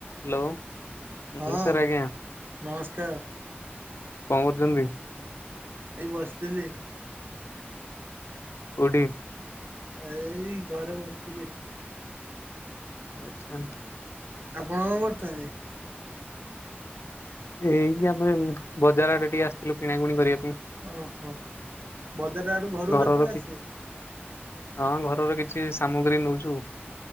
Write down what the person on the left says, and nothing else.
Hello
ନମସ୍କାର ଆଜ୍ଞା
କଣ କରୁଛନ୍ତି?
କୋଉଠି?
ଆଛା।
ଏଇଠି ଆମେ ବଜାର ଆଡେ ଟିକେ ଆସିଥିଲୁ କିଣାକିଣି କରିବା ପାଇଁ।
ଘରର
କି
ହଁ ଘରର କିଛି ସାମଗ୍ରୀ ନଉଛୁ।